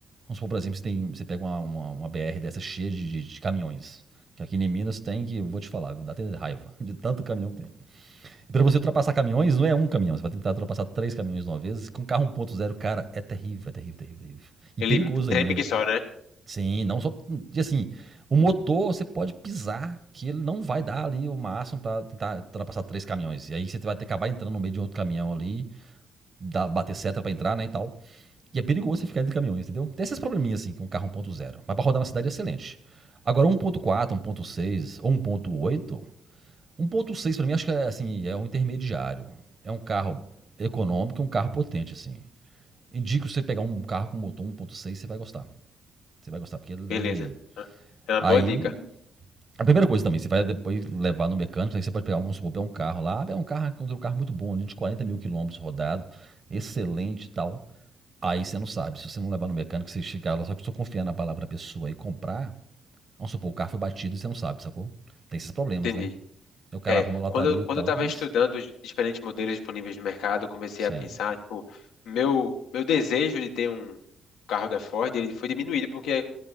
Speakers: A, on the right; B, on the left.
A: Vamos supor, por exemplo, você, tem, você pega uma, uma, uma BR dessa cheia de, de- de caminhões. Que aqui em Minas tem que, eu vou te falar, viu, dá até raiva de tanto caminhão que tem. E pra você ultrapassar caminhões, não é um caminhão. Você vai tentar ultrapassar três caminhões de uma vez. Com carro 1.0, cara, é terrível, é terrível, terrível, terrível. E
B: Ele
A: perigoso
B: treme
A: ainda.
B: que só, né?
A: Sim, não só. E assim, o motor você pode pisar, que ele não vai dar ali o máximo para tentar ultrapassar três caminhões. E aí você vai ter que acabar entrando no meio de um outro caminhão ali, dar, bater seta para entrar, né? E tal. E é perigoso você ficar entre caminhões, entendeu? Tem esses probleminhas assim com um carro 1.0. Mas para rodar na cidade é excelente. Agora 1.4, 1.6 ou 1.8. 1.6 para mim acho que é assim, é um intermediário. É um carro econômico, um carro potente assim. Indico você pegar um carro com motor 1.6, você vai gostar. Você vai gostar porque ele,
B: Beleza.
A: ele
B: Ah, É uma
A: Aí,
B: boa dica.
A: a primeira coisa também, você vai depois levar no mecânico, aí você pode pegar, um, vamos supor, pegar um carro lá, ah, é um carro, um carro muito bom ali, de 40 mil quilômetros rodado, excelente e tal. Aí você não sabe, se você não levar no mecânico, você chegar lá, só que estou confiando na palavra da pessoa e comprar, vamos supor, o carro foi batido e você não sabe, sacou? Tem esses problemas,
B: Entendi.
A: né? Aí o cara
B: É,
A: arruma a lataria
B: quando, eu- quando
A: e tal,
B: eu estava
A: mas
B: estudando os diferentes modelos disponíveis no mercado, eu comecei
A: sim,
B: a pensar, tipo, meu, meu desejo de ter um carro da Ford, ele foi diminuído, porque